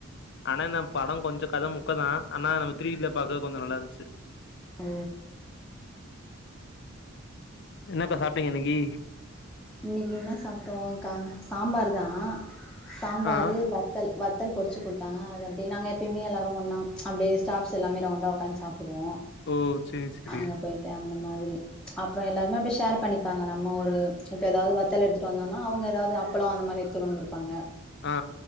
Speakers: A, on the left; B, in the centre.
A: ஆனா என்ன படம் கொஞ்ச கதை முக்க தா ஆனா நம்ம திருவிீல பாக்க கொஞ்ச நல்லா இருந்துச்சு
B: ஆ
A: என்னக்கா சாப்ட்டீங்க இன்னிக்கு
B: இன்னிக்கு என்ன சாப்ட்டோம்்கா சாம்பார் தா சாம்பாரு
A: ஆ
B: வத் த்த வத்தல் பொரிச்சு கொடுத்தாங்க அது அப்டியே நாங்க எப்பயுமே எல்லாரும் ஒன்னா அப்டியே ஸ்டாஃப்ஸ் எல்லாமே ரவுண்தா உக்காந்து சாப்டுவோ
A: ஓ சேரி சேரி
B: அங்க போய் அந்த மாதிரி அப்பற எல்லாருமே அப்டியே ஷேர் பண்ணிப்பாங்க நம்ம ஒரு இப்ப ஏதாவது வத்தல எடுத்துிட்டு வந்தோம்னா அவங்க ஏதாவது அப்பளம் அந்த மாதிரி எடுத்துட்டு வந்தருப்பாங்க
A: ஆ